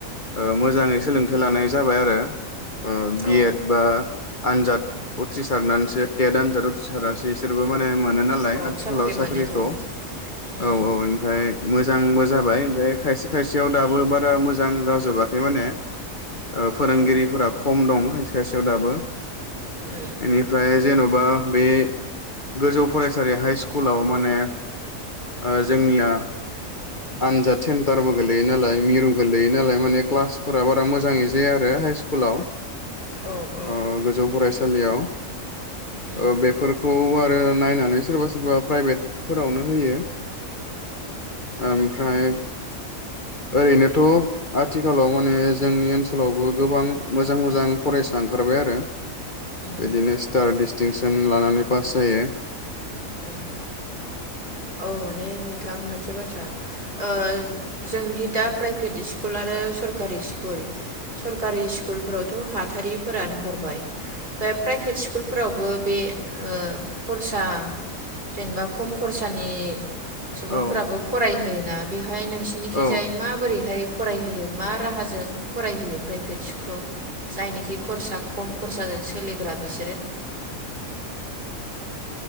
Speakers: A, on the left; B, on the right.
A: ओ मोजाङै सोलोंथाइ लानाय जाबाय आरो। ओ बि
B: औ
A: एड बा आनजाद उथ्रिसारनानैसो टेट आनजाद उथ्रिसारनानैसो इसोरबो मा ने मोनो नालाय
B: औ
A: आथिखालाव
B: साख्रि
A: साख्रिखौ
B: मोनो औ उम
A: औ औ ओमफ्राय मोजांबो जाबाय। ओमफ्राय खायसे खायसेयाव दाबो बारा मोजां जाजोबाखै माने ओ फोरोंगिरिफोरा
B: औ
A: खम दं। साइस खायसेयाव दाबो।
B: उम
A: एनिफ्राय जे न बा बे गोजौ फरायसालि हाइ स्कुलाव माने ओ जोंनिया आनजाद सेन्टारबो गोलैयो नालाय मिरु गोलैयो नालाय माने क्लासफोरा बारा मोजाङै जाया आरो हाइ स्कुलाव
B: औ औ
A: अ गोजौ फरायसा सालियाव
B: उम
A: ओ बेफोर खौ आरो नायनानै सोरबा सोरबा प्राइभेटफोरावनो होयो ओमफ्राय ओरैनोथ' आथिखालाव माने जोंनि ओनसोलावबो गोबां मोजां मोजां फरायसा ओंखारबाय आरो।
B: उम
A: बिदिनो स्टार डिस्टिंसन लानानै जायो।
B: उम औ माने नोंथां मोनसे बाथ्रा ओ जोंदि दा प्राइभेट स्कुल आरो सरकारि स्कुल सरकारि स्कुलफोरावथ' हाथारिफोरानो हरबाय बे प्राइभेट स्कुलफोरावबो बे ओ खरसा जेनेबा खम खरसानि सुबुंफोराबो
A: औ
B: फरायहै ना बि बेहाय नोंसिनिखिजाय
A: औ
B: माबोरैहाय? फरायहोयो मा राहाजों फरायहोयो प्राइभेट स्कुलाव जायनिखि खरसा खम खरसाजों सोलिग्रा बिसोरो